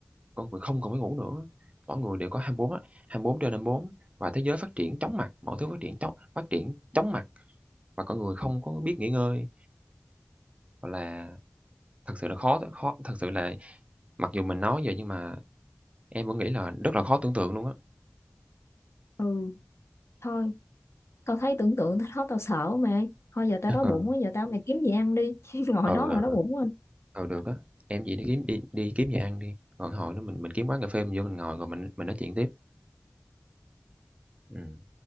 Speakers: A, on the right; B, on the left.
A: con người không còn phải ngủ nữa, mỗi người đều có 24 á, 24 trên 24 và thế giới phát triển chóng mặt, mọi thứ phát triển chóng phát triển chóng mặt và con người không có biết nghỉ ngơi, hoặc là, thật sự là khó khó thật sự là mặc dù mình nói vậy nhưng mà em vẫn nghĩ là rất là khó tưởng tượng luôn á.
B: ừ thôi tao thấy tưởng tượng tới đó tao sợ mày. thôi giờ tao
A: <laughs>
B: đói bụng quá giờ tao mày kiếm gì ăn đi <laughs> chứ ngồi
A: Ừ,
B: nó mà đói
A: ừ.
B: bụng quá
A: ờ được á, em chỉ đi kiếm đi đi kiếm gì ăn đi, còn hồi đó mình mình kiếm quán cà phê mình vô mình ngồi rồi mình mình nói chuyện tiếp. Ừm.